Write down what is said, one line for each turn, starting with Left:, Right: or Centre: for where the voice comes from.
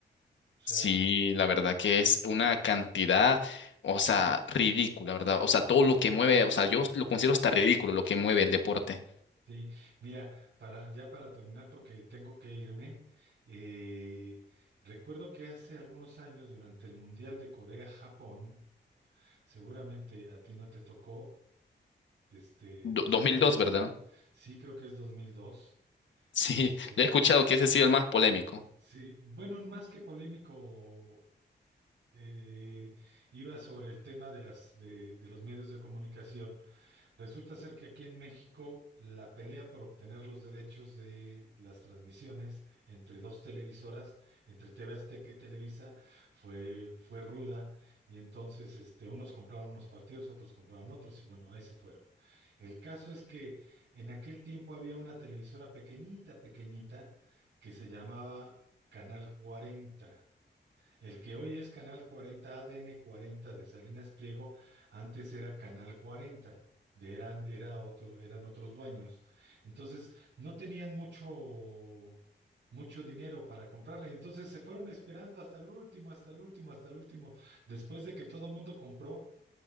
Right: O sea,
Left: Sí, la verdad que es una cantidad, o sea, ridícula, ¿verdad? O sea, todo lo que mueve, o sea, yo lo considero hasta ridículo lo que mueve el deporte.
Right: Sí, mira, para ya para terminar, porque tengo que irme, eh, recuerdo que hace algunos años, durante el Mundial de Corea-Japón, seguramente a ti no te tocó, este,
Left: Do-
Right: no sé
Left: dos,
Right: si
Left: mil dos,
Right: ya,
Left: ¿verdad?
Right: sí, creo que es dos mil dos,
Left: Sí,
Right: este,
Left: <laughs>
Right: es-
Left: he escuchado que ese ha sido el más polémico.
Right: sí, bueno, más que polémico, eh, iba sobre el tema de las, de de los medios de comunicación Resulta ser que aquí en México la pelea por obtener los derechos de las transmisiones entre dos televisoras, entre TV Azteca y Televisa, fue, fue ruda y entonces este, unos compraron unos partidos, otros compraron otros y bueno, ahí se fueron. El caso es que en aquel tiempo había una televisora pequeñita, pequeñita, que se llamaba Canal Cuarenta. El que hoy es Canal 40, ADN 40 de Salinas Pliego, antes era Canal 40, de eran, era otro, eran otros dueños. Entonces, no tenían mucho, mucho dinero para comprarla. Y entonces se fueron esperando hasta el último, hasta el último, hasta el último, después de que todo el mundo compró.